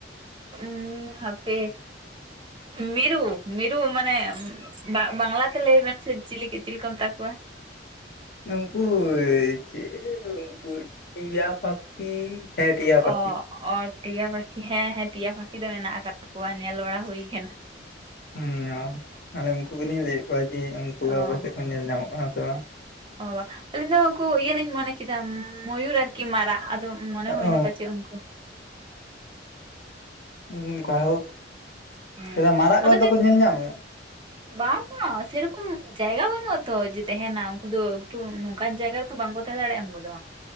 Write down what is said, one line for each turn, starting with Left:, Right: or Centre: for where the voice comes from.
Right: ᱩᱸ ᱦᱟᱯᱮ ᱢᱤᱨᱩ ᱢᱤᱨᱩ ᱢᱟᱱᱮ ᱵᱟ ᱵᱟᱝᱞᱟᱛᱮ ᱞᱟᱹᱭ ᱵᱮᱱ ᱥᱮ ᱪᱤᱞᱤ ᱪᱤᱞᱤ ᱠᱚ ᱢᱮᱛᱟ ᱠᱚᱣᱟ?
Left: ᱱᱩᱝᱠᱩ ᱪᱮ ᱩᱱᱠᱩ ᱴᱤᱭᱟ ᱯᱟᱠᱷᱤ᱾ ᱦᱮᱸ ᱴᱤᱭᱟ ᱯᱟᱠᱷᱤ
Right: ᱚ ᱚ ᱴᱤᱭᱟ ᱯᱟᱠᱷᱤ ᱦᱮᱸ ᱦᱮᱸ ᱴᱤᱭᱟ ᱯᱟᱠᱷᱤ ᱫᱚ ᱢᱮᱱᱟᱜ ᱟᱠᱟᱫ ᱠᱚᱣᱟ ᱧᱮᱞ ᱵᱟᱲᱟ ᱦᱩᱭ ᱟᱠᱟᱱᱟ᱾
Left: ᱦᱩᱸ ᱢᱟᱱᱮ ᱩᱱᱠᱩ ᱜᱮᱞᱤᱧ ᱞᱟᱹᱭᱮᱫ ᱠᱚᱣᱟ ᱡᱮ ᱩᱱᱠᱩ
Right: ᱚ
Left: ᱟᱯᱮ ᱥᱮᱫ ᱠᱚ ᱧᱮᱞ ᱧᱟᱢᱚᱜ ᱠᱟᱱᱟ ᱥᱮ ᱵᱟᱝ?
Right: ᱚ ᱟᱹᱞᱤᱧ ᱫᱚ ᱩᱱᱠᱩ ᱤᱭᱟᱹ ᱞᱤᱧ ᱢᱚᱱᱮ ᱠᱮᱫᱟ ᱢᱚᱭᱩᱨ ᱟᱨᱠᱤ ᱢᱟᱨᱟᱜ᱾ ᱟᱫᱚ ᱢᱚᱱᱮ
Left: ᱚ
Right: ᱦᱩᱭᱱᱟ ᱯᱟᱪᱮᱫ ᱩᱱᱠᱩ᱾
Left: ᱦᱮᱸ <unintelligible>
Right: ᱦᱮᱸ
Left: ᱪᱮᱫᱟᱜ ᱢᱟᱨᱟᱜ
Right: ᱟᱫᱚ
Left: ᱠᱚᱫᱚ
Right: ᱱᱤᱛ
Left: ᱠᱚ ᱧᱮᱞ ᱧᱟᱢᱟ
Right: ᱵᱟᱝ ᱵᱟᱝ ᱥᱮᱨᱚᱠᱚᱢ ᱡᱟᱭᱜᱟ ᱵᱟᱹᱱᱩᱜ ᱟᱛᱚ ᱡᱮ ᱛᱟᱦᱮᱱᱟ ᱩᱱᱠᱩ ᱫᱚ ᱮᱠᱴᱩ ᱱᱚᱝᱠᱟᱱ ᱡᱟᱭᱜᱟ ᱨᱮ ᱛᱚ ᱵᱟᱝᱠᱚ ᱛᱟᱦᱮᱸ ᱫᱟᱲᱮᱭᱟᱜᱼᱟ ᱩᱱᱠᱩ ᱫᱚ᱾